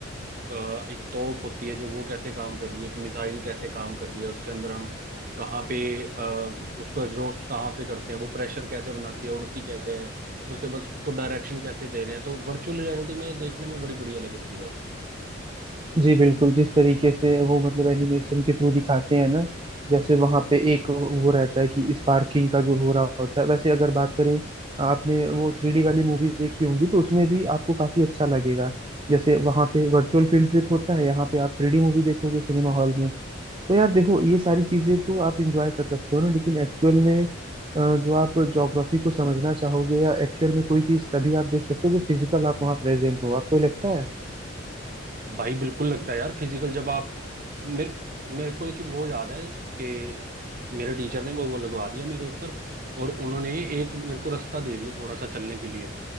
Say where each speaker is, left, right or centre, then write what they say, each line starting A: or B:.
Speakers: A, on the right; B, on the right.
A: अ, एक तोप होती है जो वो कैसे काम कर रही है एक मिसाइल कैसे काम कर रही है उसके अंदर हम कहाँ पे अ, उसको एग्जॉस्ट कहाँ पे करते हैं वो प्रेशर कैसे बनाती है उड़ती कैसे है उसके बाद उसको डायरेक्शन कैसे दे रहे हैं तो वर्चुअल रियलिटी में ये देखने में बड़ी बढ़िया लग रही थी भाई
B: जी बिल्कुल जिस तरीके से वो मतलब एनिमेशन के थ्रू दिखाते हैं ना जैसे वहां पे एक वो रहता है कि स्पार्किंग का जो हो रहा होता है वैसे अगर बात करें आपने वो थ्री डी वाली मूवीज देखी होंगी तो उसमें भी आपको काफी अच्छा लगेगा जैसे वहां पे वर्चुअल फील्ड ट्रिप होता है यहाँ पे आप थ्री डी मूवी देखोगे सिनेमा हॉल में तो यार देखो ये सारी चीजें तो आप इंजॉय कर सकते हो ना लेकिन एक्चुअल में अ, जो आप ज्योग्राफी को समझना चाहोगे या एक्चुअल में कोई चीज तभी आप देख सकते हो जो फिजिकल आप वहाँ प्रेजेंट हो आपको ये लगता है
A: भाई बिल्कुल लगता है यार फिजिकल जब आप मेरे मेरे को एक वो याद है कि मेरे टीचर ने वो वो लगवा दिया मेरे ऊपर और उन्होंने एक मेरे को रास्ता दे दिया थोड़ा सा चलने के लिए